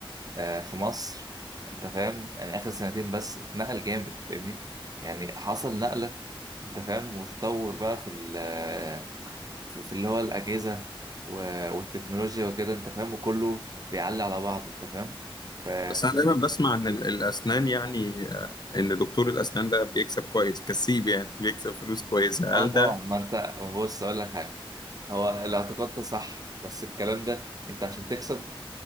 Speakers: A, on the right; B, on the left.
A: آه، في مصر انت فاهم يعني اخر سنتين بس اتنقل جامد فاهمني يعني حصل نقله انت فاهم وتطور بقى في ال آه، في في اللي هو الاجهزه و- والتكنولوجيا وكده انت فاهم وكله بيعلي على بعضه انت فاهم ف ف-
B: بس أنا دايما بسمع إن ال- الأسنان يعني آه، إن دكتور الأسنان ده بيكسب كويس كسيب يعني بيكسب فلوس كويسة
A: اه
B: هل
A: طبعا
B: ده
A: ما انت بص اقول لك حاجه هو الاعتقاد ده صح بس الكلام ده انت عشان تكسب